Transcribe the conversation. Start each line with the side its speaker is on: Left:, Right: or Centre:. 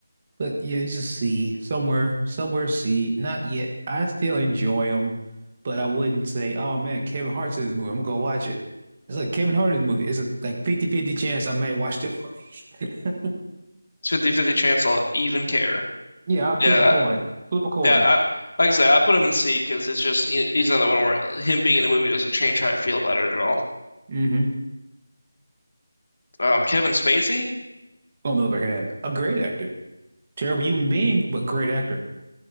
Right: But yeah, he's a C somewhere, somewhere C. Not yet. I still enjoy him, but I wouldn't say, oh man, Kevin Hart's in this movie. I'm gonna go watch it. It's like Kevin Hart's movie. It's a like fifty-fifty chance I may watch the movie. <laughs>
Left: It's fifty-fifty chance I'll even care.
Right: Yeah, I'll
Left: Yeah,
Right: flip a coin.
Left: I-
Right: Flip a coin.
Left: yeah. I, like I said, I put him in C because it's just he, he's another one where him being in the movie doesn't change how I feel about it at all.
Right: hmm
Left: Um, Kevin Spacey,
Right: On the other hand, a great actor. Terrible human being, but great actor.